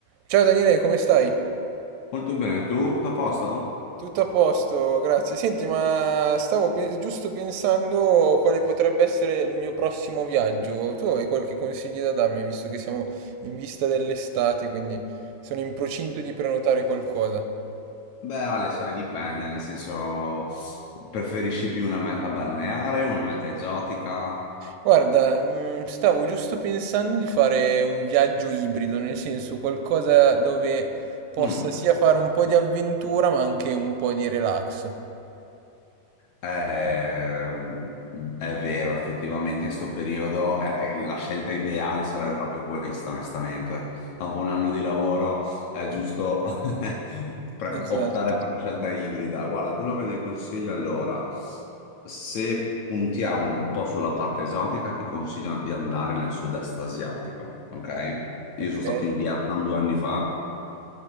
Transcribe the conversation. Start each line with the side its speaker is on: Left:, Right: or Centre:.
Right: Ciao Daniele, come stai?
Left: Molto bene, tu? Tutto a posto?
Right: Tutto a posto, grazie. Senti, ma stavo pe- giusto pensando quale potrebbe essere il mio prossimo viaggio. Tu hai qualche consiglio da darmi, visto che siamo in vista dell'estate, quindi sono in procinto di prenotare qualcosa.
Left: Beh, Ale, sai, dipende, nel senso, preferisci più una meta balneare, una meta esotica?
Right: Guarda, mm, stavo giusto pensando di fare un viaggio ibrido, nel senso qualcosa dove possa
Left: Mm.
Right: sia fare un po' di avventura, ma anche un po' di relax.
Left: Eh, è vero, effettivamente in sto periodo eh, la scelta ideale sarebbe proprio questa, onestamente. Dopo un anno di lavoro è giusto <laughs> pre-
Right: Esatto.
Left: optare per una scelta ibrida. Guarda, quello che ti consiglio allora, se puntiamo un po' sulla parte esotica, ti consiglio di andare nel sud-est asiatico, ok? Io
Right: Ok,
Left: sono stato in Vietnam due anni fa